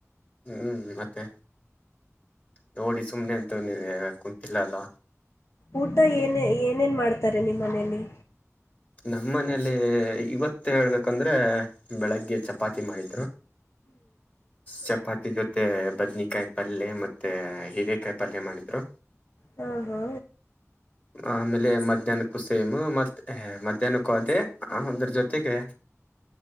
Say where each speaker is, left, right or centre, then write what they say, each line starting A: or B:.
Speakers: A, on the left; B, on the left.
A: ಹ್ಮ್ ಮತ್ತೆ ನೋಡಿ ಸುಮ್ನೆ ಅಂತ <unintelligible> ನೀ ಕುಂತಿಲ್ಲ.
B: ಊಟ ಏನ- ಏನೇನ್ ಮಾಡ್ತಾರೆ ನಿಮ್ಮ ಮನೇಲಿ?
A: ನಮ್ಮ ಮನೇಲಿ ಇವತ್ತು ಹೇಳ್ಬೇಕಂದ್ರೆ ಬೆಳಗ್ಗೆ ಚಪಾತಿ ಮಾಡಿದ್ರು. ಚಪಾತಿ ಜೊತೆ ಬದ್ನಕಾಯಿ ಪಲ್ಯ ಮತ್ತೆ ಹೀರೆೇಕಾಯಿ ಪಲ್ಯ ಮಾಡಿದ್ರು.
B: ಹಾ ಹಾ
A: ಆಮೇಲೆ ಮಧ್ಯಾಹ್ನಕ್ಕೂ ಸೇಮ್ ಮತ್ ಮಧ್ಯಾಹ್ನಕ್ಕೂ ಅದೇ ಆಮೇಲೆ ಅದ್ರ ಜೊತೆಗೆ